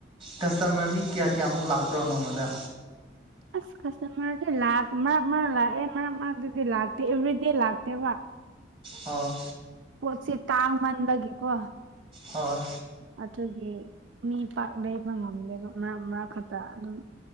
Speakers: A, on the right (about 30°); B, on the right (about 75°).
A: ꯀꯁꯇꯃꯔ ꯃꯤ ꯀꯌꯥ ꯀꯌꯥꯃꯨꯛ ꯂꯥꯛꯄ꯭ꯔꯣ ꯅꯣꯡꯃꯗ
B: ꯑꯁ ꯀꯁꯇꯃꯔꯗꯤ ꯂꯥꯛ ꯃꯔꯛ ꯃꯔꯛ ꯂꯥꯛꯑꯦ ꯃꯔꯛ ꯃꯔꯛꯇꯗꯤ ꯂꯥꯛꯇꯦ ꯑꯦꯕ꯭ꯔꯤꯗꯦ ꯂꯥꯛꯇꯦꯕ
A: ꯑꯣ
B: ꯄꯣꯠꯁꯤ ꯇꯥꯡꯃꯟꯕꯒꯤꯀꯣ
A: ꯍꯣꯏ
B: ꯑꯗꯨꯒꯤ ꯃꯤ ꯄꯥꯛ ꯂꯩꯕ ꯉꯝꯗꯦꯕ ꯃꯔꯛ ꯃꯔꯛ ꯈꯛꯇ ꯑꯗꯨꯝ